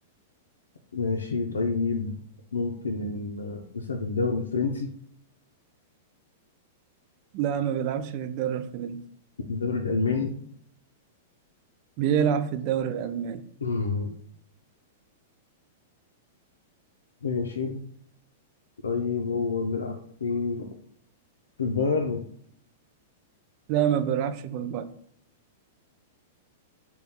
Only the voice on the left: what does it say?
ماشي طيب ممكن من مثلا في الدوري الفرنسي
الدوري الألماني
مم. ماشي طيب هو بيلعب في في البايرن